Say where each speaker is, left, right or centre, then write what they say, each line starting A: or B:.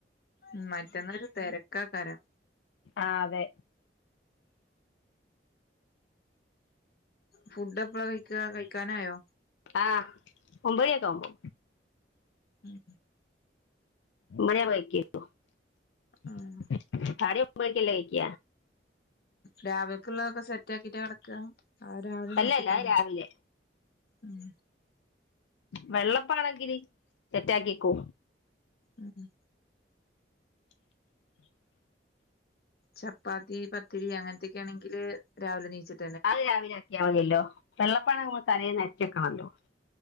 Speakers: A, on the left; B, on the left.
A: ഉം മറ്റന്നൊരു തെരക്കാകാരം
B: ആഹ് അതെ
A: ഫുഡ് എപ്പള കഴിക്കാ കഴിക്കാനായോ
B: ആഹ് ഒമ്പണിയൊക്കെ ആവുമ്പോ
A: ഉം
B: <unintelligible>
A: ആഹ്
B: കഴിക്ക
A: രാവിലക്കുള്ളതൊക്കെ സെറ്റ് ആക്കിട്ട കിടക്ക അഹ് രാവിലെ
B: അല്ലല്ല
A: നീച്ചിട്ടന്നെ
B: അത് രാവിലെ
A: ഉം
B: വെള്ളപ്പാണെങ്കില് സെറ്റാക്കിക്കു
A: ഉം ഉം
B: <inaudible>
A: ചപ്പാത്തി പത്തിരി അങ്ങനത്തൊക്കെ ആണെങ്കിൽ രാവിലെ എണീച്ചറ്റ്
B: അത് രാവിലെ ആക്കിയാൽ മതിയല്ലോ വെള്ളപ്പാണേൽ നമ്മള് തലേന്ന് അരച്ചു വെക്കണല്ലോ